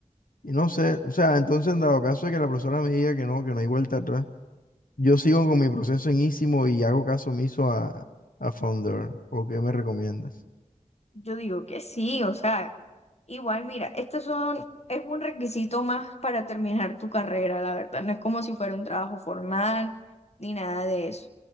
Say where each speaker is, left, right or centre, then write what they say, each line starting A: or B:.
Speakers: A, on the left; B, on the left.
A: y no sé. O sea, entonces en dado caso de que la persona me diga que no, que no hay vuelta atrás, yo sigo con mi proceso en Ísimo y hago caso omiso a, a Founder. ¿O qué me recomiendas?
B: Yo digo que sí, o sea. Igual, mira, estos son, es un requisito más para terminar tu carrera, la verdad. No es como si fuera un trabajo formal ni nada de eso.